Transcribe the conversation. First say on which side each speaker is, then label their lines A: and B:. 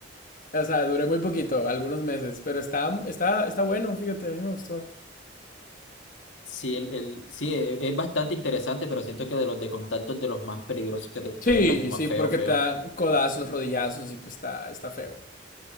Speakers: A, on the left (about 45°); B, on the left (about 85°).
A: O sea, duré muy poquito, algunos meses, pero está, está, está bueno, fíjate, a mí me gustó.
B: Sí, el, el- sí, e- es bastante interesante, pero siento que de los de contacto es de los más peligrosos que te puedes
A: Sí,
B: lastimar
A: sí,
B: feo,
A: porque
B: feo.
A: te dan codazos, rodillazos y pues está, está feo.